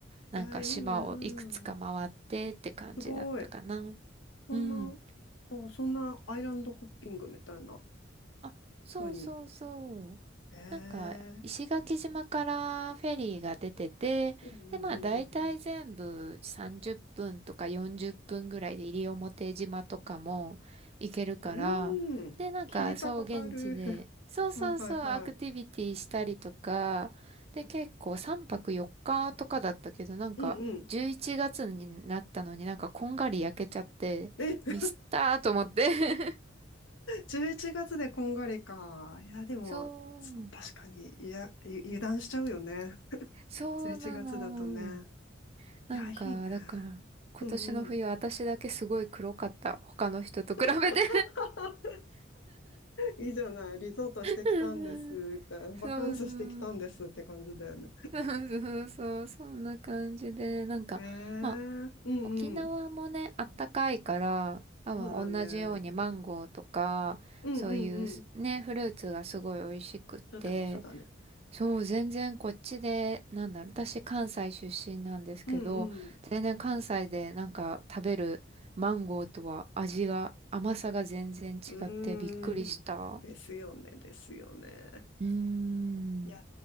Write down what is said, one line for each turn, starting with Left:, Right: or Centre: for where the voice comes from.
Right: なんか島をいくつか回ってって感じだったかな。
Left: いや、いいねぁ。すごい。そんな、
Right: うん。
Left: お、そんなアイランドホッピングみたいなこ
Right: あ、そうそうそう。
Left: とに。ええ
Right: なんか、石垣島からフェリーが出てて、
Left: うんうんうん
Right: で、まあ、大体全部30分とか40分ぐらいで西表島とかも行けるから、
Left: うんうん。うーん。
Right: で、なんか、
Left: 聞いたことある。
Right: そう、現地で、
Left: <laughs>
Right: そうそうそう、
Left: はいはいはい。
Right: アクティビティしたりとか、で、結構3泊4日とかだったけど、なんか、
Left: うんうん。
Right: 11月になったのになんかこんがり焼けちゃって、
Left: え <laughs>
Right: ミスったーと思って。<laughs>
Left: 11月でこんがりか。いや、でも、
Right: そう。
Left: そ確かに、いや、ゆ油断しちゃうよね。
Right: そうなの。
Left: 11月だとね。
Right: なんか、
Left: いや、いいね。
Right: だから、今年の冬私だけすごい黒かった。
Left: うんうん。
Right: 他の人と比べて
Left: <laughs> いいじゃない。リゾートしてきたんですって、
Right: うん <laughs> そうそう。
Left: バカンスしてきたんですって感じだよね。
Right: そうそうそう。そんな感じで、なんか、
Left: えー、
Right: まあ、
Left: うんうん。
Right: 沖縄もね、あったかいから、多分同じようにマンゴーとか、
Left: そうだね。うんうんうん。
Right: そういうすね、フルーツがすごい美味しくって、
Left: そうだね、そうだね。
Right: そう、全然こっちで、なんだろう、私関西出身なんですけど、
Left: うんうん。
Right: 全然関西でなんか食べるマンゴーとは味が、甘さが全然違ってびっくりした。
Left: うーん。ですよね、ですよね。
Right: うーん。
Left: いや、